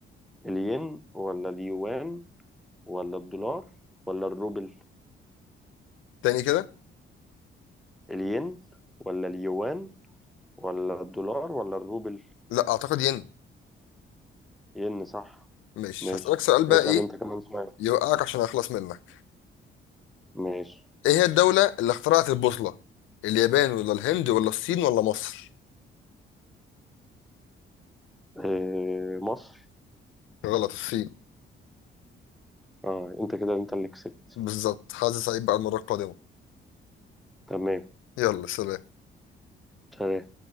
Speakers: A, in the centre; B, on the left.
A: الين ولا اليوان ولا الدولار ولا الروبل
B: تاني كده
A: الين ولا اليوان ولا الدولار ولا الروبل
B: لا اعتقد ين
A: ين صح
B: مش
A: ماشي
B: هسألك سؤال بقى
A: اسأل
B: ايه
A: انت كمان سؤال
B: يوقعك عشان اخلص منك
A: ماشي
B: ايه هي الدولة اللي اخترعت البوصلة اليابان ولا الهند ولا الصين ولا مصر
A: إيه مصر
B: غلط الصين
A: اه انت كده انت اللي كسبت
B: بالظبط حاسس سعيد بقى المرة القادمة
A: تمام
B: يلا سلام
A: سلام